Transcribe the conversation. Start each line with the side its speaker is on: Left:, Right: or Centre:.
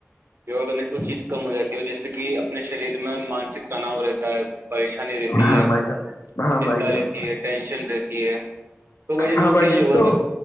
Right: یوگا کرنے سے وہ چیز کم ہو جاتی ہے جیسے کہ اپنے شریر میں مانسک تناؤ رہتا ہے پریشانی رہتی
Left: ہاں
Right: ہے
Left: بھائی جان ہاں
Right: چنتا
Left: بھائی جان
Right: رہتی ہے ٹینشن رہتی ہے تو بجے ن
Left: ہاں
Right: وہ
Left: بھائی
Right: کہ
Left: جان
Right: ہوگا
Left: تو
Right: کر